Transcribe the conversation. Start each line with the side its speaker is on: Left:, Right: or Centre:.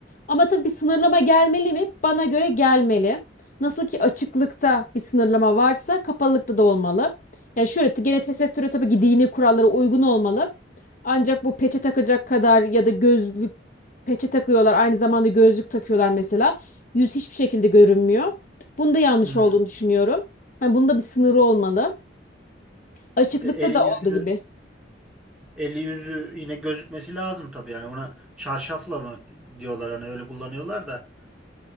Left: Ama tabii bir sınırlama gelmeli mi? Bana göre gelmeli. Nasıl ki açıklıkta bir sınırlama varsa kapalılıkta da olmalı. Ya şöyle t- gene tesettüre tabii ki dini kurallara uygun olmalı. Ancak bu peçe takacak kadar ya da gözlük peçe takıyorlar aynı zamanda gözlük takıyorlar mesela. Yüz hiçbir şekilde görünmüyor. Bunda yanlış
Centre: Hmm.
Left: olduğunu düşünüyorum. Hani bunda bir sınırı olmalı. Açıklıkta
Centre: E, eli
Left: da
Centre: yüzü
Left: olduğu gibi.
Centre: eli yüzü yine gözükmesi lazım tabii yani ona çarşafla mı diyorlar hani öyle kullanıyorlar da.